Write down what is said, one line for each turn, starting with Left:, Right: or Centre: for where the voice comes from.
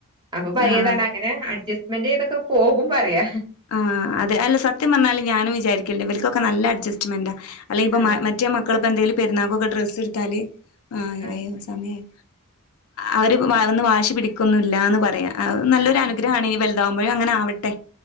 Right: അപ്പൊ പയതാണ്
Left: ആഹ്
Right: അങ്ങനെ അഡ്ജസ്റ്റ്മെന്റ് ചെയ്തൊക്കെ പോകും പറയാ
Left: ആഹ് അതെ അല്ല സത്യം പറഞ്ഞാലും ഞാനും വിചാരിക്കില്ലേ ഇവർക്കൊക്കെ നല്ല അഡ്ജസ്റ്റ്മെന്റാ അല്ലെങ്കിലിപ്പ
Right: ആഹ്
Left: മറ്റേ മക്കളപ്പോ എന്തെങ്കിലും പെരുന്നാക്കൊക്കെ ഡ്രസ്സ് എടുത്താല് ആ
Right: ആഹ്
Left: അയോ സമയായോ അവര് വളർന്നു വാശി പിടിക്കൊന്നില്ല എന്ന് പറയാ നല്ലൊരു
Right: ആഹ്
Left: അനുഗ്രഹണ്
Right: ആഹ്
Left: ഇനി വളർ താകുമ്പഴും അങ്ങനാവട്ടെ